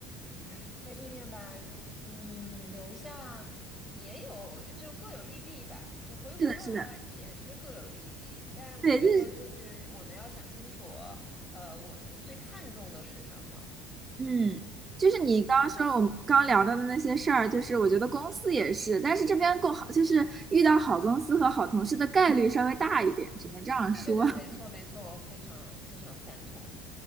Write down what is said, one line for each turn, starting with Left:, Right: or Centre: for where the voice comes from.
Left: 哎，在这面吧，嗯，留下也有就各有利弊吧。就回国的话也是各有利弊，
Right: 是的，是的，
Left: 但我觉得就是我们要想清楚，
Right: 对，就是
Left: 呃，我们最看重的是什么？
Right: 嗯，就是你刚刚说我们刚刚聊到的那些事儿，就是我觉得公司也是，但是这边够好，就是遇到好公司和好同事的概率稍微大一点，只能这样说。
Left: 对对对，
Right: <laughs>
Left: 没错没错，我非常非常赞同。